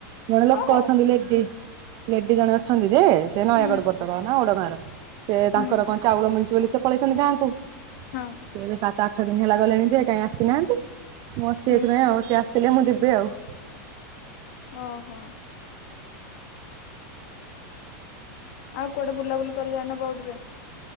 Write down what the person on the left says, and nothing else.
ଓ ହଉ
ମ
ହୁଁ
ହୁଁ
ହଁ।
ହୁଁ
ଓହୋ। ଆଉ କୁଆଡେ ବୁଲା ବୁଲି କରି ଯାଇନ ବୌଦରେ।